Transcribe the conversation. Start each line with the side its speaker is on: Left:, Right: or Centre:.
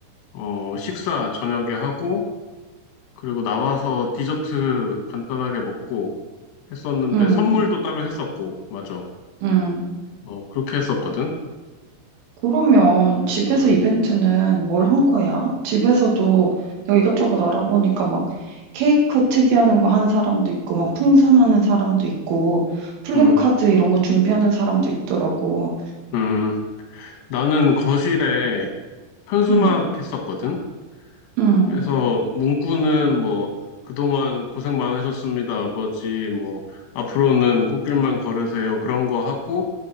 Left: 어, 식사 저녁에 하고, 그리고 나와서 디저트 간단하게 먹고 했었는데
Right: 응,
Left: 선물도 따로 했었고, 맞아.
Right: 응.
Left: 어, 그렇게 했었거든.
Right: 그러면 집에서
Left: 응,
Right: 이벤트는 뭘 한 거야? 집에서도 내가 이것저것 알아보니까 막 케이크 특이하는 거 한 사람도 있고, 막 풍선하는 사람도 있고, 플랜카드
Left: 응,
Right: 이런 거 준비하는 사람도 있더라고.
Left: 응. 나는 거실에 현수막
Right: 응,
Left: 했었거든.
Right: 응,
Left: 그래서 문구는 뭐 그동안 고생 많으셨습니다, 아버지. 뭐 앞으로는 꽃길만 걸으세요. 그런 거 하고